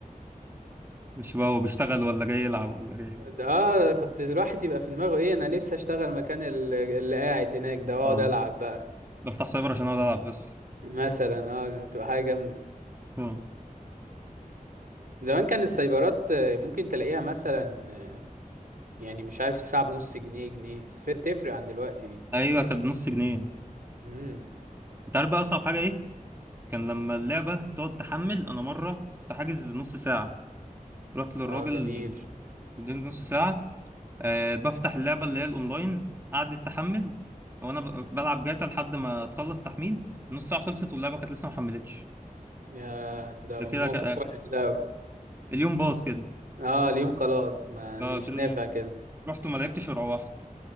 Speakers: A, on the right; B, on the right.
A: مش بقى هو بيشتغل ولا جاي يلعب ولا جاي
B: اه كنت الواحد يبقى في دماغه ايه انا نفسي اشتغل مكان ال- اللي قاعد هناك ده واقعد
A: اه
B: العب بقى
A: بفتح سايبر عشان اقعد العب بس
B: مثلا اه تبقى حاجة جامدة
A: اه
B: زمان كان السايبرات آه، ممكن تلاقيها مثلا آه، يعني مش عارف الساعة بنص جنيه جنيه ف- تفرق عن دلوقتي دي
A: ايوه كانت بنص جنيه
B: امم
A: انت عارف بقى اصعب حاجه ايه كان لما اللعبه تقعد تحمل انا مره كنت حاجز نص ساعه رحت للراجل
B: اه جميل
A: اديني نص ساعه أه بفتح اللعبه اللي هي الاونلاين قعدت تحمل وانا ب- بلعب جاتا لحد ما تخلص تحميل نص ساعه خلصت واللعبه كانت لسه ما حملتش
B: يا ده
A: ده
B: موقف
A: كده ك-
B: وحش ده أوي.
A: اليوم باظ كده
B: اه اليوم خلاص ما أنا
A: اه
B: مش
A: كده
B: نافع
A: اليوم
B: كده
A: رحت وما لعبتش وروحت